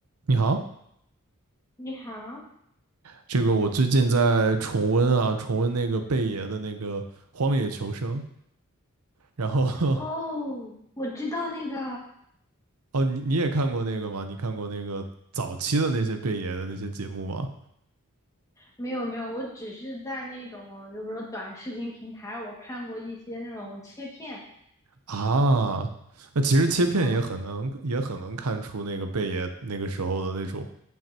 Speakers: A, on the right (about 80°); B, on the left (about 15°).
A: 你好，
B: 你好，
A: 这个我最近在重温啊，重温那个贝爷的那个《荒野求生》，然后
B: 哦，我知道那个，
A: <laughs> 哦，你你也看过那个吗？你看过那个早期的那些贝爷的那些节目吗？
B: 没有没有，我只是在那种就比如说短视频平台，我看过一些那种切片，
A: 啊，那其实切片也很能也很能看出那个贝爷那个时候的那种
B: 啊，